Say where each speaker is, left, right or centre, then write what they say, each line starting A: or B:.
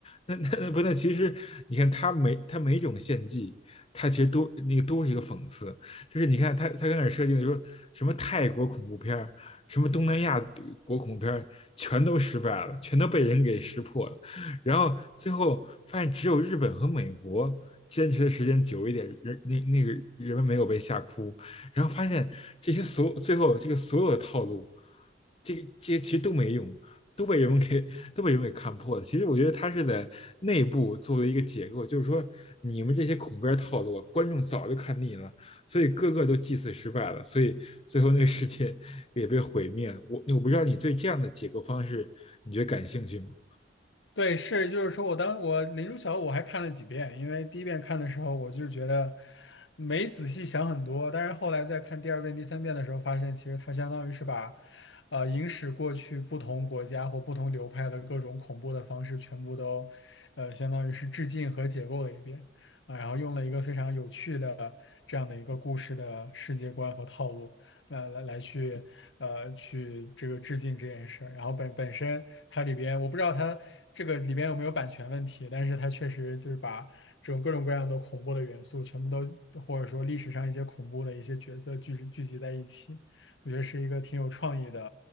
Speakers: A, on the left; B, on the left.
A: 那那那不那其实你看他每他每种献祭，他其实都那个都是一个讽刺，就是你看他他刚开始设定的说什么泰国恐怖片儿，什么东南亚国恐怖片儿，全都失败了，全都被人给识破了。然后最后发现只有日本和美国坚持的时间久一点，人那那个人们没有被吓哭，然后发现这些所最后这个所有的套路，这个这些其实都没用，都被人们给都被人们给看破了。其实我觉得他是在内部做了一个解构，就是说你们这些恐怖片套路，观众早就看腻了，所以个个都祭祀失败了，所以最后那个世界也被毁灭了。我我不知道你对这样的解构方式，你觉得感兴趣吗？
B: 对，是，就是说我当我《林如晓》我还看了几遍，因为第一遍看的时候我就觉得没仔细想很多，但是后来在看第二遍、第三遍的时候，发现其实它相当于是把，呃，影史过去不同国家或不同流派的各种恐怖的方式全部都，呃，相当于是致敬和解构了一遍啊，然后用了一个非常有趣的这样的一个故事的世界观和套路。来来来去呃去这个致敬这件事儿然后本本身它里边我不知道它这个里边有没有版权问题，但是它确实就是把这种各种各样的恐怖的元素全部都或者说历史上一些恐怖的一些角色聚集聚集在一起，我觉得是一个挺有创意的